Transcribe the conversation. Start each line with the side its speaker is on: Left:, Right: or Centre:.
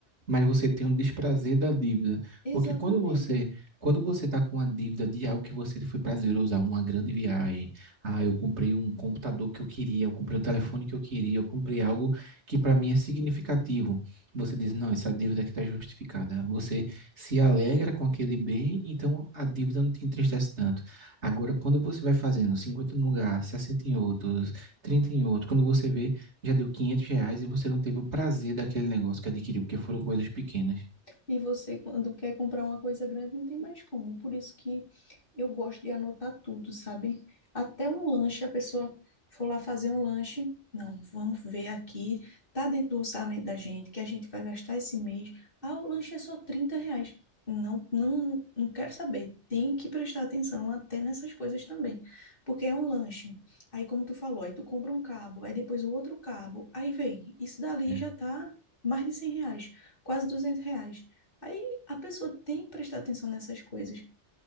Right: mas você tem o desprazer da dívida.
Left: Exatamente.
Right: Porque quando você, quando você está com a dívida de algo que você foi prazeroso, ah, uma grande viagem, ah, eu comprei um computador que eu queria, eu comprei o telefone que eu queria, eu comprei algo que para mim é significativo. Você diz, não, essa dívida aqui está justificada. Você se alegra com aquele bem, então a dívida não te entristece tanto. Agora, quando você vai fazendo 50 num lugar, 60 em outros, 30 em outro, quando você vê já deu 500 reais e você não teve o prazer daquele negócio que adquiriu, porque foram coisas pequenas.
Left: E você, quando quer comprar uma coisa grande, não tem mais como. Por isso que eu gosto de anotar tudo, sabe? Até um lanche, a pessoa for lá fazer um lanche. Não, vamos ver aqui. Tá dentro do orçamento da gente, que a gente vai gastar esse mês. Ah, o lanche é só 30 reais. Não, não, não quero saber. Tem que prestar atenção até nessas coisas também. Porque é um lanche. Aí, como tu falou, aí tu compra um cabo, aí depois o outro cabo. Aí vem, isso dali
Right: É.
Left: já tá mais de 100 reais, quase 200 reais. Aí a pessoa tem que prestar atenção nessas coisas,